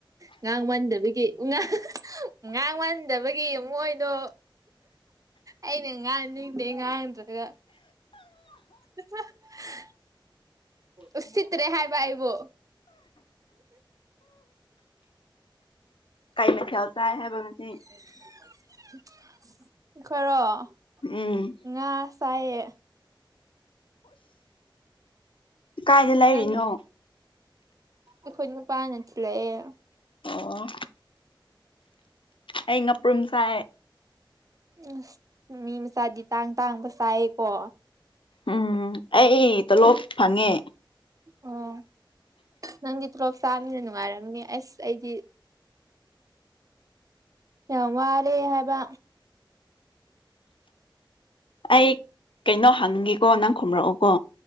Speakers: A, on the right; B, on the left.
A: ꯉꯥꯡ ꯃꯟꯗꯕꯒꯤ ꯉꯥꯡ ꯉꯥꯡ ꯃꯟꯗꯕꯒꯤ ꯃꯣꯏꯗꯣ ꯑꯩꯅ ꯉꯥꯡꯅꯤꯡꯗꯦ ꯉꯥꯡꯗ꯭ꯔꯒ ꯑ <unintelligible> ꯎꯁꯤꯠ ꯇꯔꯦ ꯍꯥꯏꯕ ꯑꯩꯕꯨ
B: ꯀꯩ ꯃꯊꯦꯜ ꯆꯥꯏ ꯍꯥꯏꯕ ꯉꯁꯤ
A: ꯑꯩꯈꫭꯏꯔꫭ
B: ꯎꯝ
A: ꯉꯥ ꯆꯥꯏꯌꯦ
B: ꯀꯥꯏꯗꯩ ꯂꯩꯔꯤꯅꯣ
A: ꯅꯪ ꯑꯩꯈꯣꯏ ꯅꯨꯄꯥꯅ ꯊꯤꯜꯂꯛꯑꯦ
B: ꯑꯣ ꯑꯩ ꯉꯄ꯭ꯔꯨꯝ ꯆꯥꯏ
A: ꯑꯁ ꯃꯤ ꯃꯆꯥꯗꯤ ꯇꯥꯡ ꯇꯥꯡꯕ ꯆꯥꯏꯌꯦꯀꯣ
B: ꯎꯝ ꯑꯩ ꯇꯣꯂꯣꯞ ꯐꯪꯉꯦ
A: ꯑꯣ ꯅꯪꯗꯤ ꯇꫭꯂꯣꯞ ꯆꯥꯃꯤꯅ ꯅꯨꯡꯉꯥꯏꯔꯝꯅꯤ ꯑꯁ ꯑꯩꯗꯤ ꯌꯥꯝ ꯋꯥꯔꯦ ꯍꯥꯏꯕ
B: ꯑꯩ ꯀꯩꯅꯣ ꯍꯪꯒꯦꯀꯣ ꯅꯪ ꯈꯨꯝꯔꯛꯎꯀꯣ